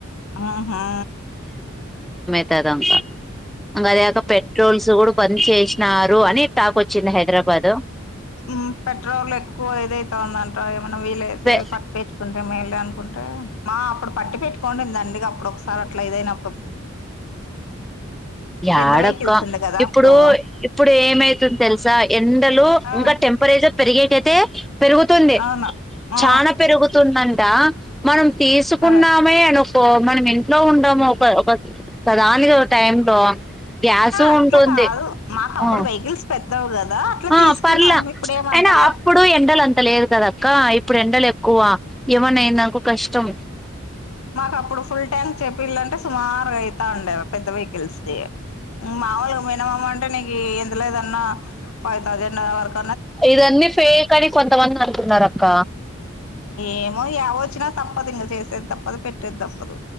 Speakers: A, on the left; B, in the centre.
A: ఆహా
B: <unintelligible> ఇంగ అది కాక పెట్రోల్స్ కూడా బంద్ చేసి న్నారు అని టాక్ వచ్చింది హైదరాబాద్
A: ఊ పెట్రోల్ ఎక్కువ ఇదైతాందంట ఏమన్నా వీళైతే
B: పె
A: పట్టించుకుంటే మేళే అన్ కుంటే మా అప్పుడు పట్టి పెట్టుకోంటిమి దండిగా అప్పుడు ఒకసారి అట్లా ఇదయినప్పుడు పెద్ద
B: ఏడక్క
A: వెహికల్స్ ఉండే కదా
B: ఇప్పుడు
A: అప్పుడు
B: ఇప్పుడు ఏమైతుంది తెలుసా ఎండలు
A: ఆ
B: ఇంకా టెంపరేచర్ పెరిగి ఏకైతే పెరుగుతుంది
A: అవును ఆ
B: చానా పెరుగుతుందంట మనం తీసుకున్నామే
A: అదే
B: అను కో మనం ఇంట్లో ఉండము ఒక ఒక ఒకదానికొక టైం లో గ్యాసు
A: అట్లా
B: ఉంటుంది
A: కాదు మాకు అప్పుడు
B: ఆ
A: వెహికల్స్ పెట్ట దౌ కదా అట్లా
B: ఆ
A: తీసుకుంటాను
B: పర్లే
A: ఇప్పుడేమంతలే
B: అయినా అప్పుడు ఎండలు అంతా లేదు కదక్క ఇప్పుడు ఎండలు ఎక్కువ ఏమన్నా అయిందనుకో కష్టం
A: మాకు అప్పుడు ఫుల్ ట్యాంక్ చేపిల్లంటే సుమారు అయితండ్య పెద్ద వెకిల్స్ ది మామూలుగా మినిమమ్ అన్ తనకి ఎంత లేదన్న ఫైవ్ తౌసండ్ వరక్
B: ఇదన్నీ ఫేక్ అని కొంతమంది అనుకున్నారూ అక్క
A: ఏమో యావ వచ్చినా తప్పదు ఇంగ చేసేద్దాం పొద పెట్టేది తప్పదు